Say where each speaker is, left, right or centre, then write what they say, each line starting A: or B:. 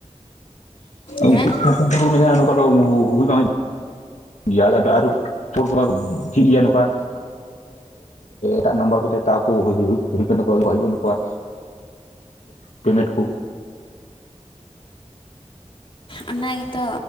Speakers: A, on the left; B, on the left.
A: ᱦᱮᱸ
B: ᱢᱮ ᱱᱚᱝᱠᱟ ᱫᱚ ᱦᱩᱭ ᱢᱟ ᱦᱩᱭᱩᱜ ᱜᱮᱭᱟ ᱟᱫᱚ ᱟᱨᱚ ᱦᱚᱲ ᱠᱚᱢᱟ ᱠᱚ ᱡᱷᱤᱡ ᱜᱮᱭᱟ ᱱᱚᱝᱠᱟ ᱮᱴᱟᱜ ᱱᱟᱢᱵᱟᱨ ᱠᱚᱛᱮ ᱛᱟᱣᱠᱚ ᱦᱩᱭ ᱦᱩᱭ ᱠᱟᱱ ᱛᱟᱠᱚᱣᱟ ᱛᱟᱣ ᱦᱩᱭᱩᱜ ᱠᱟᱱ ᱛᱟᱠᱚᱣᱟ ᱯᱮᱢᱮᱱᱴ ᱠᱚ
A: ᱚᱱᱟ ᱜᱮᱛᱚ